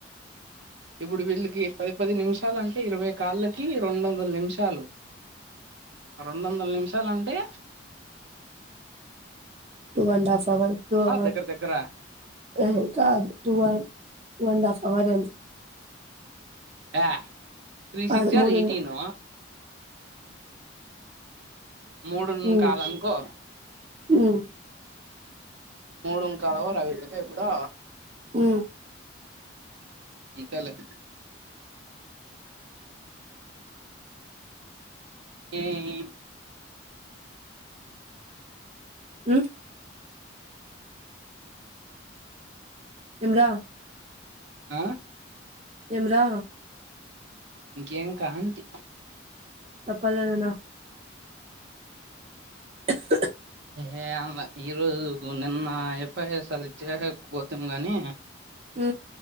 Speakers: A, on the right; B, on the right.
A: ఇప్పుడు వీళ్లికి పది పది నిమిషాలాన్ టే ఇరవై కాల్లకి రెండొందల నిమిషాలు ఆ రెండొందలు నిమిషాలంటే
B: two and half hour two hour
A: దగ్గర దగ్గర
B: యే కాదు టూ ఆ టూ అండ్ హాఫ్ అవరేలే
A: యా త్రీ
B: కాదు
A: సిక్స్ జర్
B: మూడు
A: ఎయిటీను మూడున్
B: ఉమ్
A: కాలనుకో
B: ఉమ్
A: మూడు కాల్ అవర్ వీళ్లకి ఇప్పుడు
B: ఉ
A: అంతేలే హి
B: ఉ ఎమ్ రా
A: ఆ
B: ఎమ్ రా
A: ఇంకేం కా అంటీ
B: చొప్పల్ నాయనానా <inaudible>
A: ఏ అవ్వా ఈ రోజు గు నిన్న ఐ పి ఎస్ రిచ్ గానే పోతిమి గాని.
B: ఉ